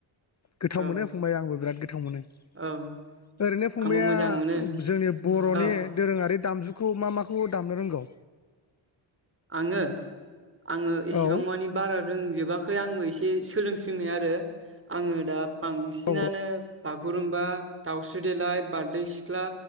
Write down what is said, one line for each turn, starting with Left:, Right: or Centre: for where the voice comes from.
Left: गोथाव
Right: औ
Left: मोनो फंबाय आंबो बिराद गोथाव गोथाव मोनो
Right: औ
Left: ओरैनो फंबाया
Right: आंबो मोजां मोनो
Left: जोंनि बर'नि
Right: औ
Left: दोरोङारि दामजु माखौ माखौ दामनो रोंगौ?
Right: आङो आङो एसेबां
Left: औ
Right: मानिे बारा रोंजोबा। आंबो एसे सोलोंसिनाय आरो आङो दा बांसिनानो
Left: औ
Right: बागुरुमबा दाउस्रि देलाय बारदै सिख्ला